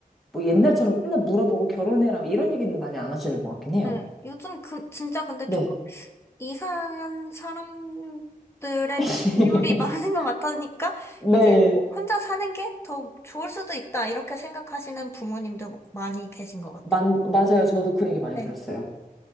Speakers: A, in the centre; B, on the left.
A: 뭐 옛날처럼 맨날 물어보고 결혼해라 이런 얘기는 많이 안 하시는 것 같긴 해요.
B: 네. 요즘 그 진짜 근데
A: 네.
B: 조금 이상한 사람들의
A: <laughs>
B: 비율이 <laughs> 많은 것 같으니까
A: 네.
B: 이제 뭐 혼자 사는 게 더 좋을 수도 있다 이렇게 생각하시는 부모님도 많이 계신 것 같아요.
A: 만, 맞아요. 저도 그 얘기 많이
B: 네,
A: 들었어요.